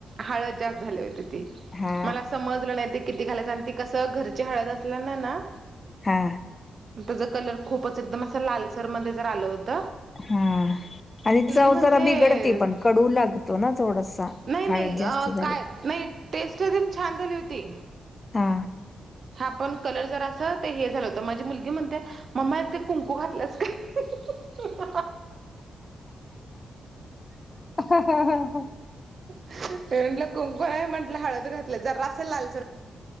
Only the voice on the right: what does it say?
हळद जास्त झाली होती, ती
मला समजलं नाही. किती घालायच, आणि ते कसं घरची हळद असल्याने ना
त्याचा कलर खूपच एकदम असं लालसर मध्ये जर आलं होत.
म्हणते
नाही
नाही अ,
काय नाही टेस्ट दिन छान झाली होती.
हा पण कलर जर अस तर हे झालं होतं माझी मुलगी म्हणते. मम्मात ते कुंकू घातलंस का?
म्हट को कोणा म्हटलं हळद घातलं जर असल लालच.